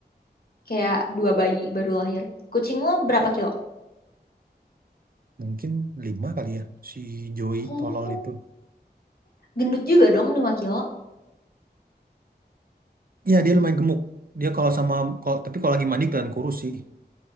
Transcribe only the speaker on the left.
Kayak dua bayi baru lahir. Kucing lo berapa kilo?
Oh,
gendut juga dong lima kilo.